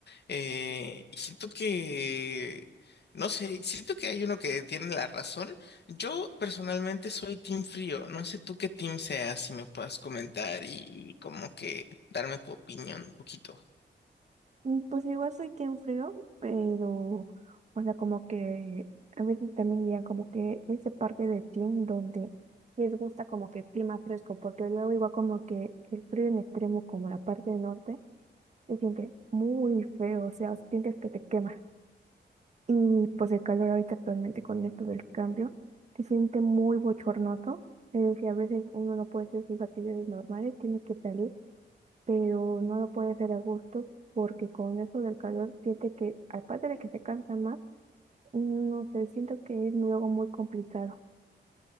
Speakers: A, on the left; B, on the right.
A: Eh, y siento que no sé, siento que hay uno que tiene la razón. Yo personalmente soy team frío. No sé tú qué team seas, si me puedas comentar y, y como que darme tu opinión un poquito.
B: Mm, Pues igual soy quien frío, pero, o sea, como que a veces también ya como que esa parte de team donde les gusta como que el clima fresco, porque luego igual como que el frío en extremo, como la parte del norte, se siente muy feo, o sea, sientes que te quema. Y pues el calor ahorita actualmente con esto del cambio, se siente muy bochornoso, es decir, a veces uno no puede hacer sus actividades normales, tiene que salir. pero no lo puede hacer a gusto porque con eso del calor siente que, aparte de que se cansa más, no sé, siento que es luego muy complicado.